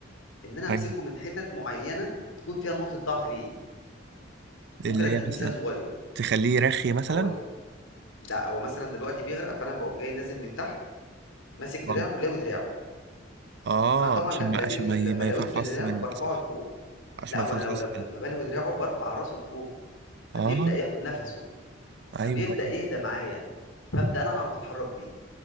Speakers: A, on the left; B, on the right.
A: ان انا
B: ايوه
A: امسكه من حتت معينه تكون فيها نقطه ضعف ليه ممكن
B: اللي
A: اديك
B: هي مثلا
A: مثال صغير
B: تخليه رخي مثلا
A: اقول لك لا هو مثلا دلوقتي بيغرق فانا بقوم جاي نازل من تحت ماسك دراعه
B: اه
A: ولاوي دراعه
B: اه
A: انا طبعا
B: عشان
A: لما
B: ما
A: لميت
B: عشان ما
A: لما
B: ي- ما
A: لويت
B: يفرفص
A: دراعه
B: منك
A: برفعه
B: صح
A: لفوق
B: عشان
A: لا
B: ما
A: هو
B: يفرفص
A: انا لو
B: منك
A: لما بلوي دراعه برفع راسه لفوق فبيبدا
B: اه
A: ياخد نفسه
B: ايوه
A: فبيبدا
B: ايوه
A: يهدى معايا فابدا انا اعرف اتحرك بيه